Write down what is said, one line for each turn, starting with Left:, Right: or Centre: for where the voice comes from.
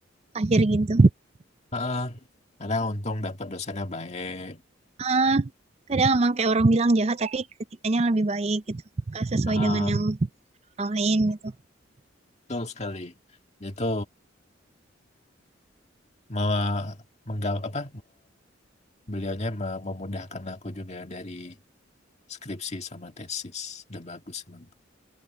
Right: akhir gitu.
Left: heeh, karena untung dapat dosennya baik
Right: Ah, kadang emang kayak orang bilang jahat tapi ketikanya lebih baik gitu. Gak sesuai
Left: heeh,
Right: dengan yang orang lain gitu.
Left: betul sekali itu mau mengga apa Beliaunya me- memudahkan aku juga dari skripsi sama tesis. Udah bagus emang.